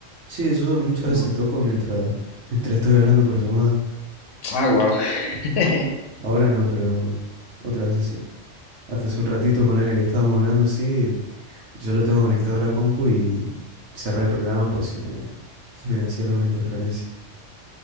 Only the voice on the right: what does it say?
Sí, yo muchas
veces toco mientras, mientras estoy hablando por llamada.
Ahora no, pero otras veces sí. Hasta hace un ratito, ponele que estábamos hablando así, yo lo tengo conectado a la compu y cerré el programa por si me, <laughs> me hacía alguna interferencia.